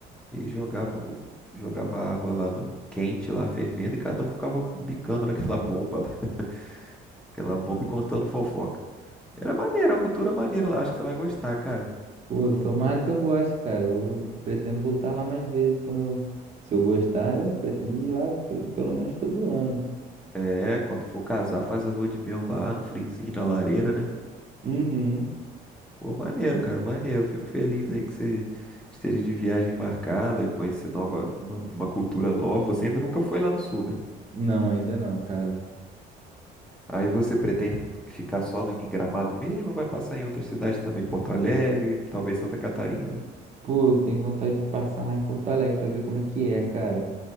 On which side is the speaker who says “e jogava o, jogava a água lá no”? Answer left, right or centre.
Centre